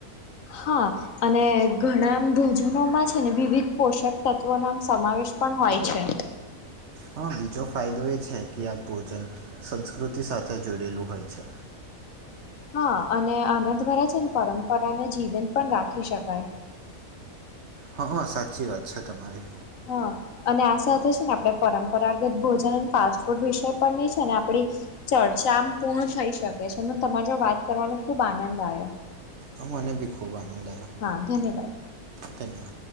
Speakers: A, on the left; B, on the right.
A: હા અને ઘણા ભોજનોમાં છે ને વિવિધ પોષક તત્વોનોમ સમાવેશ પણ હોય છે
B: હા બીજો ફાયદો એ છે કે આ ભોજન સંસ્કૃતિ સાથે જોડેલું હોય છે
A: હા અને આના દ્વારા જ ને પરંપરાને જીવંત પણ રાખી શકાય
B: હં સાચી વાત છે તમારી
A: હા અને આ સાથે છે ને આપણે પરંપરાગત ભોજન અને ફાસ્ટ ફૂડ વિષય પણ નઈ છે ને આપણી ચર્ચા આમ પૂર્ણ થઈ શકે છે મને તમારો વાત કરવાનો ખુબ આનંદ આવ્યો
B: મને બી ખૂબ આનંદ આવ્યો
A: હા ધન્યવાદ
B: ધન્યવાદ